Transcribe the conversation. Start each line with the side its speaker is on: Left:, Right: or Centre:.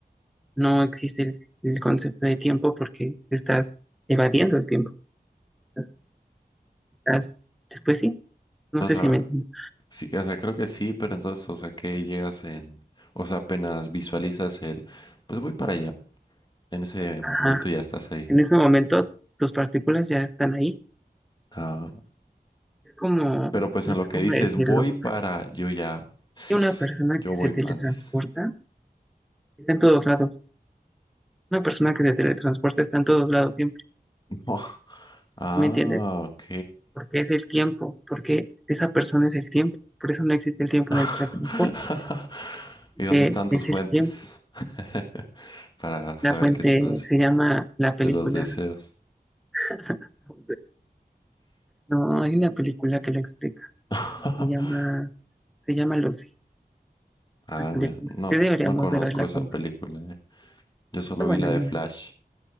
Centre: no existe el el concepto de tiempo porque estás evadiendo el tiempo. estás, estás- después sí, no
Left: O
Centre: sé
Left: sea,
Centre: si me entiendes.
Left: sí, que- o sea, creo que sí, pero entonces, o sea, que llegas en, o sea, apenas visualizas el, pues voy para allá. En ese
Centre: Ajá.
Left: momento ya estás ahí.
Centre: En ese momento tus partículas ya están ahí.
Left: Ah,
Centre: Es como,
Left: pero
Centre: no
Left: pues en lo
Centre: sé
Left: que
Centre: cómo
Left: dices
Centre: decirlo.
Left: voy para, yo ya,
Centre: Hay una
Left: <sighs>
Centre: persona
Left: yo
Centre: que
Left: voy
Centre: se teletransporta,
Left: antes.
Centre: está en todos lados. Una persona que se teletransporta está en todos lados siempre,
Left: <laughs> Ah,
Centre: ¿sí me entiendes?
Left: ok.
Centre: Porque es el tiempo, porque esa persona es el tiempo. Por eso no existe el tiempo
Left: <laughs>
Centre: en el teletransporte,
Left: ¿Y dónde
Centre: que
Left: están tus
Centre: es
Left: fuentes?
Centre: el tiempo.
Left: <laughs> Para saber
Centre: La fuente
Left: que esto es así.
Centre: se llama la película.
Left: De los deseos.
Centre: <laughs> No, hay una película que lo explica.
Left: <laughs>
Centre: Se llama, se llama Lucy,
Left: Ah,
Centre: la película.
Left: mira, no,
Centre: Sí deberíamos
Left: no conozco
Centre: de verla
Left: esa
Centre: juntos.
Left: película. eh. Yo solo
Centre: Está buena,
Left: vi la de
Centre: mi amor.
Left: Flash